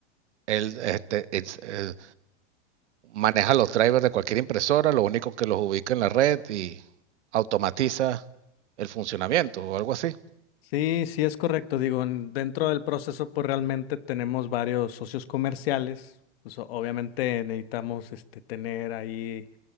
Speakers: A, on the right; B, on the left.
A: él este, es- eh, maneja los drivers de cualquier impresora, lo único que los ubica en la red y automatiza el funcionamiento o algo así.
B: Sí, sí es correcto. Digo, en- dentro del proceso, pues realmente tenemos varios socios comerciales. Pues o- obviamente necesitamos este, tener ahí.